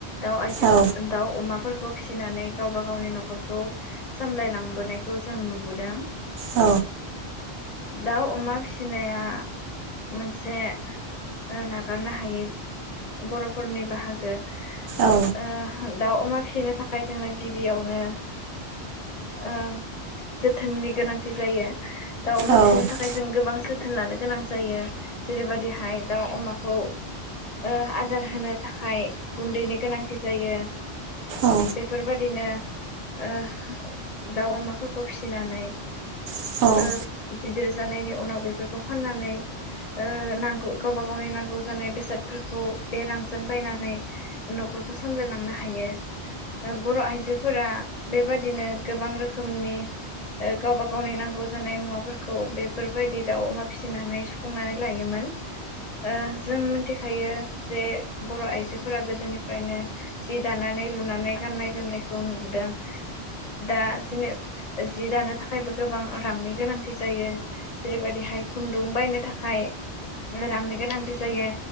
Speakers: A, on the left; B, on the right.
A: दाउ आइजोखो
B: औ
A: दाउ अमाफोरखौ फिसिनानै गावबा गावनि नखरखौ सामलायलांबोनायखौ जों नुबोदों। ओ
B: औ
A: दाउ अमा फिसिनाया मोनसे ओ नागारनो हायै बर' फोरनि बाहागो
B: औ
A: ओ दाउ अमा फिसिनो थाखाय जोंनो गिबियावनो ओ जोथोननि गोनांथि जायो। दाउ अमा
B: औ
A: फिसिनो थाखाय जों गोबां जो थोन लानो गोनां जायो जेरैबादिहाय दाउ अमाखौ ओ आदार होनो थाखाय गुन्दैनि गोनांथि जायो।
B: औ
A: बेफोरबादिनो ओ दाउ अमाफोरखौ फिसिनानै
B: औ
A: ओ
B: औ नंगौ औ
A: गिदिर जानायनि उनाव बेफोरखौ फाननानै ओ नांगौ गावबा गावनि नांगौ जानाय बेसादफोरखौ बे रांजों बायनानै नखरखौ सामलायलांनो हायो। ओ बर' आइजोफोरा बेबादिनो गोबां रोखोमनि ओ गावबा गावनि नांगौ जानाय मुवाफोरखौ बेफोरबायदि दाउ अमा फिसिनानै सुफुंनानै लायोमोन। ओ जों मोनथिखायो। जे बर' आइजोफोरा गोदोनिफ्रायनो जि दानानै लुनानै गाननाय जोमनायखौ नुबोदों दा जेने जि दानो थाखायबो गोबां रांनि गोनांथि जायो। जेरैबायदि हाय खुन्दुं बायनो थाखा हाय रांनि गोनांथि जायो